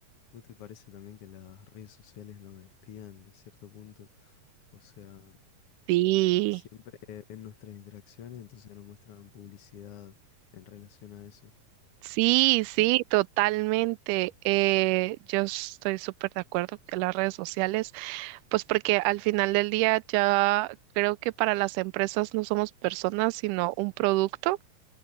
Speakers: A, on the left (about 65°); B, on the right (about 85°).
A: ¿no te parece también que las redes sociales nos espían a cierto punto? O sea,
B: sí.
A: siempre ven nuestras interacciones, entonces nos muestran publicidad en relación a eso.
B: Sí, sí,
A: Mm.
B: totalmente. Eh, yo estoy súper de acuerdo que las redes sociales, pues porque al final del día ya creo que para las empresas no somos personas, sino un producto.